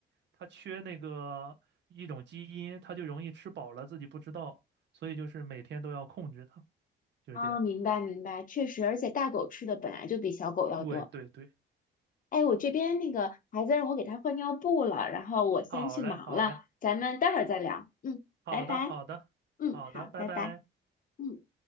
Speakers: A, on the right; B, on the left.
A: 它缺那个一种基因，它就容易吃饱了自己不知道，所以就是每天都要控制它，就是这样。
B: 啊，明白明白，确实，而且大狗吃的本来就比小狗要多。
A: 对对对，
B: 哎，我这边那个孩子让我给他换尿布了，然后我先去忙了，
A: 好嘞好嘞。
B: 咱们待会儿再聊。嗯，
A: 好的，
B: 拜拜。
A: 好的，
B: 嗯，
A: 好的，
B: 好，
A: 拜拜。
B: 拜拜。嗯。